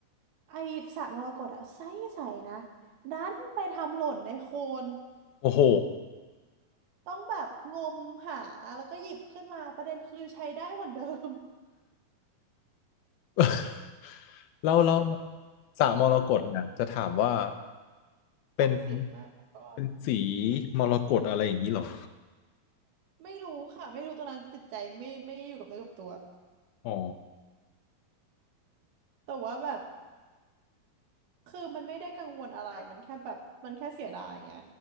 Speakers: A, on the right; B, on the left.
A: ไอสระมรกตอะใสใสนะดันไปทำหล่นในโคลน
B: โอ้โห
A: ต้องแบบงมหาแล้วก็หยิบขึ้นมาประเด็นคือใช้ได้เหมือนเดิม <laughs>
B: <laughs> เราเราสระมรกตเนี่ยจะถามว่าเป็น
A: ศักดิ์สิทธิ์มากกอด
B: เป็นสีมรกตอะไรอย่างนี้เหรอ
A: ไม่รู้ค่ะไม่รู้ตัวนั้นจิตใจไม่ไม่อยู่กับเนื้อกับตัว
B: อ๋อ
A: แต่ว่าแบบ คือมันไม่ได้กังวลอะไร มันแค่แบบมันแค่เสียดายไง